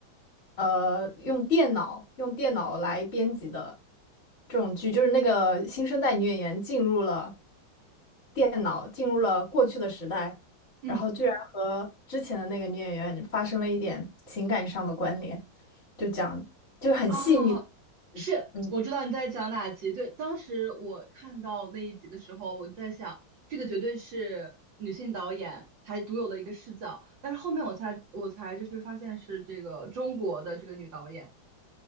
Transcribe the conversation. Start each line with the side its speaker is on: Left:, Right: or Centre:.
Left: 呃用电脑用电脑来编辑的。这种剧，就是那个新生代女演员进入了电脑，进入了过去的时代，
Right: 嗯，
Left: 然后居然和之前的那个女演员发生了一点情感上的关联，就讲就是很细腻，
Right: 啊。是，
Left: 嗯，
Right: 我知道你在讲哪集。对，当时我看到那一集的时候，我就在想，这个绝对是女性导演才独有的一个视角。但是后面我才我才就是发现是这个中国的这个女导演